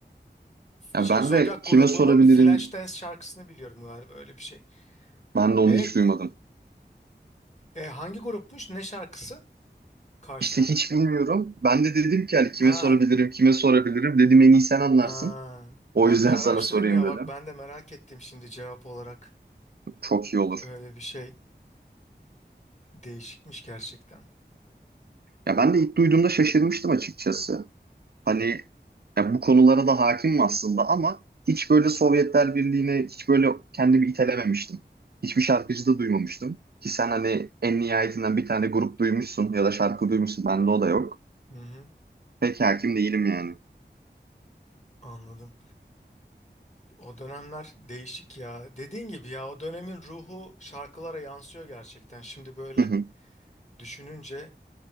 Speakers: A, on the left (about 40°); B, on the right (about 60°).
A: Şey
B: Ya ben
A: Zodiac
B: de kime
A: grubunun
B: sorabilirim?
A: Flashdance şarkısını biliyorum galiba öyle bir şey.
B: Ben
A: Evet.
B: de onu hiç duymadım.
A: E, hangi grupmuş? Ne şarkısı? Karşılık.
B: İşte hiç bilmiyorum. Ben de dedim ki hani kime
A: Ha.
B: sorabilirim, kime sorabilirim. Dedim en iyi sen
A: Ha.
B: anlarsın. O
A: Ben
B: yüzden
A: bir araştırayım
B: sana sorayım
A: ya
B: dedim.
A: bak ben de merak ettim şimdi cevap olarak.
B: Çok iyi olur.
A: Öyle bir şey değişikmiş gerçekten.
B: Ya ben de ilk duyduğumda şaşırmıştım açıkçası. Hani ya bu konulara da hakimim aslında ama hiç böyle Sovyetler Birliği'ne hiç böyle kendimi itelememiştim. Hiçbir şarkıcı da duymamıştım. Ki sen hani en nihayetinden bir tane grup duymuşsun ya da şarkı duymuşsun. Bende o da yok.
A: Hı hı.
B: Pek hakim değilim yani.
A: Anladım. O dönemler değişik ya. Dediğin gibi ya o dönemin ruhu şarkılara yansıyor gerçekten. Şimdi böyle
B: Hı hı.
A: düşününce